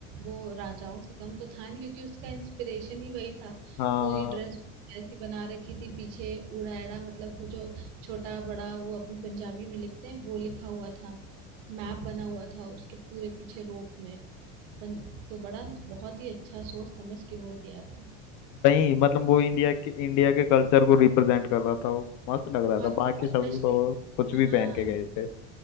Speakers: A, on the right; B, on the left.
A: वो राजाओं से कम तो था नहीं क्योंकि उसका इंस्पिरेशन ही वही था
B: हाँ
A: पूरी ड्रेस ऐसी बना रखी थी पीछे ऊड़ा एड़ा मतलब वो जो छोटा बड़ा वो अपने पंजाबी में लिखते हैं वो लिखा हुआ था मैप बना हुआ था उसके पूरे पीछे रोप में पन, तो बड़ा बहुत ही अच्छा सोच समझ के वो गया था
B: वही मतलब वो इंडिया के इंडिया के कल्चर को रिप्रेजेंट कर रहा था वो मस्त लग रहा
A: बहुत
B: था बाकी
A: और
B: सब
A: स्पेशली
B: तो कुछ
A: हाँ
B: भी पहन के गए थे